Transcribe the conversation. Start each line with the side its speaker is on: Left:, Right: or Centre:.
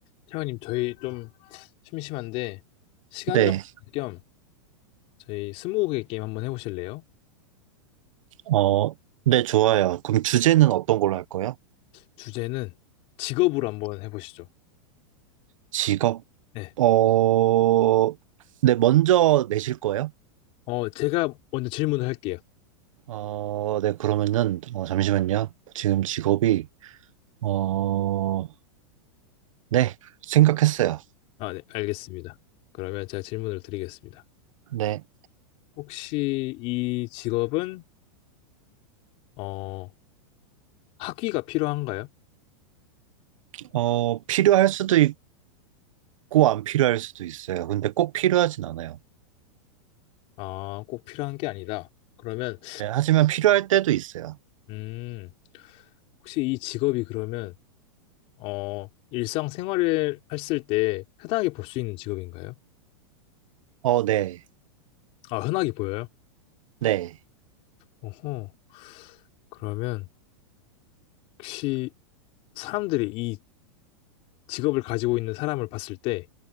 Left: 태원님, 저희 좀 심심한데 시간
Right: 네,
Left: 좀 겸 저희 스무고개 게임 한번 해보실래요?
Right: 어, 네, 좋아요. 그럼 주제는 어떤 걸로 할 거예요?
Left: 주제는 직업으로 한번 해보시죠.
Right: 직업,
Left: 네.
Right: 어, 네, 먼저 내실 거예요?
Left: 어, 제가 먼저 질문을 할게요.
Right: 어, 네, 그러면은, 어, 잠시만요. 지금 직업이, 어, 네, 생각했어요.
Left: 아, 네, 알겠습니다. 그러면 제가 질문을 드리겠습니다.
Right: 네,
Left: 혹시 이 직업은 어, 학위가 필요한가요?
Right: 어, 필요할 수도 있고, 안 필요할 수도 있어요. 근데 꼭 필요하진 않아요.
Left: 아, 꼭 필요한 게 아니다. 그러면
Right: 네, 하지만 필요할 때도 있어요.
Left: 음, 혹시 이 직업이 그러면 어, 일상생활을 했을 때 흔하게 볼 수 있는 직업인가요?
Right: 어, 네,
Left: 아, 흔하게 보여요?
Right: 네,
Left: 어허. 그러면 혹시 사람들이 이 직업을 가지고 있는 사람을 봤을 때